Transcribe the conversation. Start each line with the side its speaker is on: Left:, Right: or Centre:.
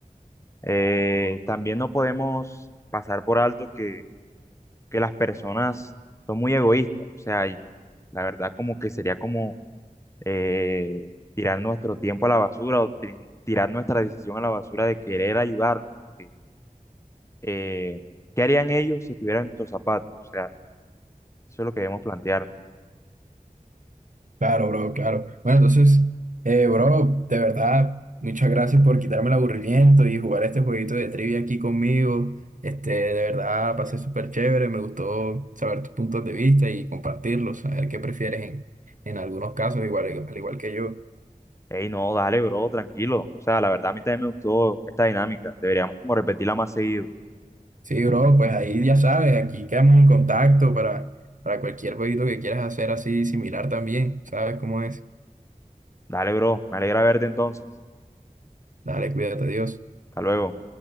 Left: Eh, también no podemos pasar por alto que, que las personas son muy egoístas, o sea, y la verdad como que sería como eh, tirar nuestro tiempo a la basura o tri- tirar nuestra decisión a la basura de querer ayudarlos. porque, eh, ¿qué harían ellos si estuvieran en tus zapatos? O sea, eso es lo que debemos plantearnos.
Right: Claro, bro, claro. Bueno, entonces, eh, bro, de verdad, muchas gracias por quitarme el aburrimiento y jugar este jueguito de trivia aquí conmigo. Este, de verdad, pasé súper chévere, me gustó saber tus puntos de vista y compartirlos, saber qué prefieres en, en algunos casos, igual, al igual que yo.
Left: Ey, no, dale, bro, tranquilo. O sea, la verdad a mí también me gustó esta dinámica. Deberíamos como repetirla más seguido.
Right: Sí, bro, pues ahí ya sabes, aquí quedamos en contacto para, para cualquier jueguito que quieras hacer así similar también, ¿sabes cómo es?
Left: Dale, bro, me alegra verte entonces.
Right: Dale, cuídate, Dios.
Left: Hasta luego.